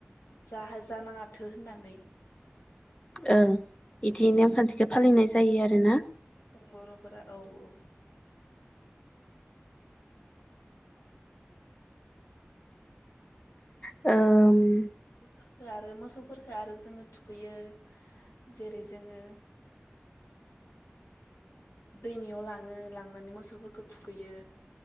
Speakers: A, on the left; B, on the left.
A: जाहा जानाङाथो होन्नानै
B: ओं बिदि नेम खान्थि <unintelligible> फालिनाय जायो आरो ना।
A: बर'फोरा औ औ।
B: ओम।
A: <unintelligible> आरो मोसौफोरखो आरो जोङो थुखैयो जेरै जोङो दैमायाव लाङो लांनानै मोसौफोरखौ थुखैयो।